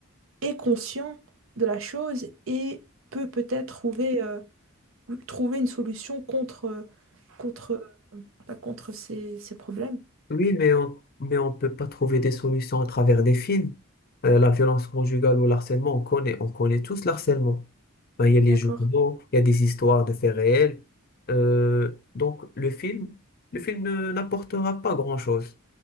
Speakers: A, on the right; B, on the left.
A: est conscient de la chose et peut peut-être trouver, euh, trouver une solution contre, contre, pas contre ces, ces problèmes.
B: oui, mais on mais on peut pas trouver des solutions à travers des films. Euh, la violence conjugale ou l'harcèlement, on connaît, on connaît tous l'harcèlement. Ben, il y a les
A: D'accord.
B: journaux, il y a des histoires de faits réels. Euh, donc, le film, le film ne- n'apportera pas grand-chose